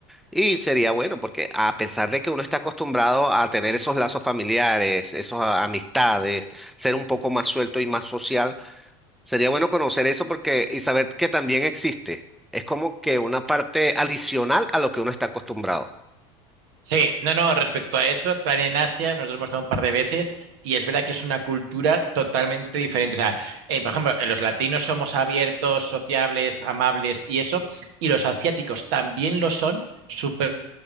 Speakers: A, in the centre; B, on the right.
A: Y sería bueno porque a pesar de que uno está acostumbrado a tener esos lazos familiares, esas amistades, ser un poco más suelto y más social, sería bueno conocer eso porque y saber que también existe. Es como que una parte adicional a lo que uno está acostumbrado.
B: Sí, no, no, respecto a eso, Plan en Asia, nos lo hemos dado un par de veces y es verdad que es una cultura totalmente diferente. O sea, eh, por ejemplo, eh, los latinos somos abiertos, sociables, amables y eso, y los asiáticos también lo son, súper